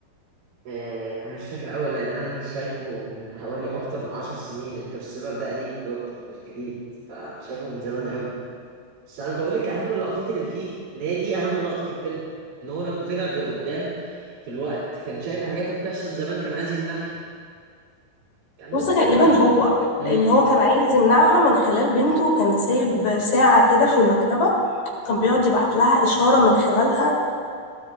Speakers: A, on the right; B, on the left.
A: آه، انا مش فاكر قوي لان انا شايفه من حوالي اكتر من عشر سنين انترستيلر ده قديم برضه مش جديد فانا شايفه من زمان قوي بس انا بقول لك اهم اللقطات اللي فيه ان هي دي اهم لقطه في الفيلم ان هو لما طلع بقدام في الوقت كان شايف الحاجات اللي بتحصل زمان كان عايز يمنعها كان هو
B: بص غالبا
A: في ما
B: هو
A: امم
B: لان هو كان عايز يمنعها من خلال بنته كان سايب ساعة كده في المكتبة كان بيقعد يبعت لها إشارة من خلالها